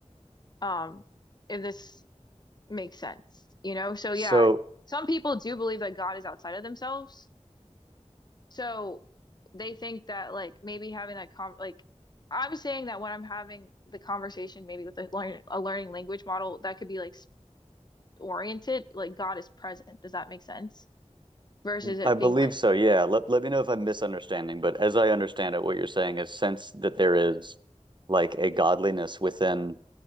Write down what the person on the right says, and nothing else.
So
I believe
so. Yeah. Let let me know if I'm misunderstanding, but as I understand it, what you're saying is since that there is like a godliness within